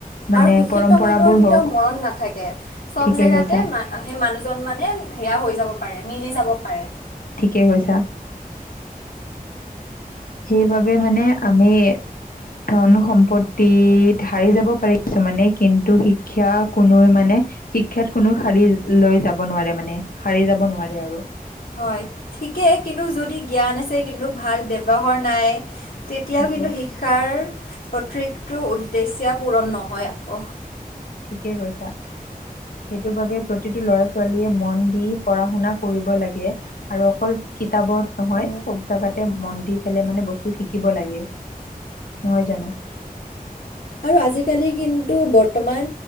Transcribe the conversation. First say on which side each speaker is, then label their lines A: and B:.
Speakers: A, on the left (about 65°); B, on the left (about 80°).
A: মানে
B: আৰু শিক্ষিত
A: পৰম্পৰাবোৰ
B: মানুহৰ কেতিয়াও
A: হওক
B: মৰণ নাথাকে। চব চব
A: ঠিকে
B: জেগাতে,
A: কৈছা
B: সেই মানুহজন মানে সেয়া হৈ যাব পাৰে, মিলি যাব পাৰে।
A: ঠিকে কৈছা। সেইবাবে মানে আমি ধন সম্পত্তিত হাৰি যাব পাৰে কিছুমানে, কিন্তু শিক্ষা কোনোৱে মানে শিক্ষাত কোনো হাৰি লৈ যাব নোৱাৰে মানে, হাৰি যাব নোৱাৰে আৰু।
B: হয় ঠিকে, কিন্তু যদি জ্ঞান আছে কিন্তু ভাল ব্যৱহাৰ নাই তেতিয়াও
A: সেইটোৱে
B: কিন্তু শিক্ষাৰ প্ৰত্যেকটো উদ্দেশ্যা পূৰণ নহয় আক।
A: ঠিকে কৈছা। সেইটো বাবে প্ৰতিটো ল'ৰা ছোৱালীয়ে মন দি পঢ়া শুনা কৰিব লাগে, আৰু অকল কিত কিতাপত নহয়
B: উম
A: চব জাগাতে মন দি পেলাই মানে বস্তু শিকিব লাগে। নহয় জানো?
B: আৰু আজিকালি কিন্তু বৰ্তমান